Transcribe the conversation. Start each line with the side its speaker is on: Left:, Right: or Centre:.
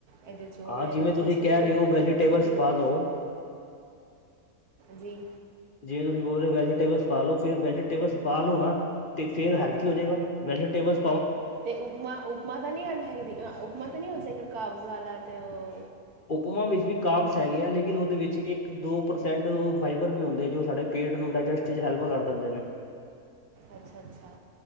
Right: ਇਹਦੇ ਚ ਓ
Left: ਹਾਂ
Right: ਐ
Left: ਜਿਵੇਂ
Right: ਇਹਦੇ ਚ
Left: ਤੁਸੀਂ
Right: ਕੁਛ
Left: ਕਹਿ
Right: ਨੀ
Left: ਰਹੇ
Right: ਐ ਇਹਦੇ
Left: ਹੋ
Right: ਚ
Left: ਵੈਜੀਟੇਬਲਸ
Right: ਕੁਛ ਨੀ
Left: ਪਾ
Right: ਐ।
Left: ਲਓ
Right: ਜੀ।
Left: ਜਿਵੇਂ ਤੁਸੀਂ ਬੋਲ ਰੇ ਓ ਵੈਜੀਟੇਬਲਸ ਪਾ ਲੋ, ਫਿਰ ਵੈਜੀਟੇਬਲਸ ਪਾ ਲੋ ਨਾ। ਤੇ ਫੇਰ ਹੈਲਥੀ ਹੋਜੇਗਾ ਵੈਜੀਟੇਬਲ-
Right: ਤੇ ਉਪਮਾ-ਉਪਮਾ ਤਾਂ ਨੀ ਅਨ-ਹੈਲਥੀ ਉਪਮਾ ਤਾਂ ਨੀ ਹੋਜੇਗਾ ਕਾਵਸ ਵਾਲਾ ਤੇ ਓ,
Left: ਉਪਮਾ ਵਿੱਚ ਵੀ ਕਾਵਸ ਹੈਗੇ ਆ ਲੇਕਿਨ ਉਹਦੇ ਵਿੱਚ ਇੱਕ ਦੋ ਪਰਸੈਂਟ ਉਹ ਫਾਈਬਰ ਵੀ ਹੁੰਦੇ ਜੋ ਸਾਡੇ ਪੇਟ ਨੂੰ ਡਾਇਜੈਸਟ ਚ ਹੈਲਪ ਕਰ ਦਿੰਦੇ ਨੇ।
Right: ਅੱਛਾ, ਅੱਛਾ।